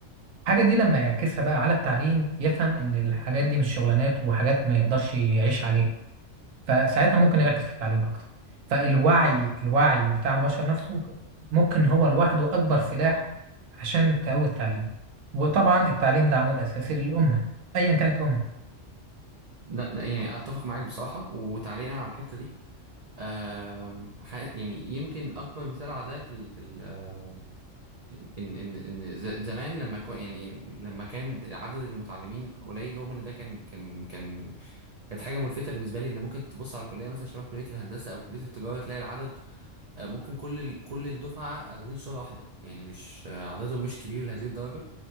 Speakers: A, on the right; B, on the right.
A: الحاجة دي لما يعكسها بقى على التعليم يفهم إن الحاجات دي مش شغلانات وحاجات ما يقدرش يعيش عليها فساعتها ممكن يركز في التعليم أكتر فالوعي الوعي بتاع البشر نفسه ممكن هو لوحده أكبر سلاح عشان تقوي التعليم وطبعا التعليم ده عمود أساسي للأمة أيا كانت أمة
B: لا ده يعني اتفق معاك بصراحة وتعليقا على الحتة دي آم، ح- يعني يمكن اكبر مثال على ده في ال في ال آه، ان ان ان ز- زمان لما كو يعني لما كان عدد المتعلمين قليل رغم ان ده كان كان كان كانت حاجه ملفته بالنسبه لي ان ممكن تبص على كليه مثلا شبه كليه الهندسه او كليه التجاره تلاقي العدد آه، ممكن كل ال- كل الدفعه اخدين صوره واحده يعني مش آه، عددهم مش كبير لهذه الدرجه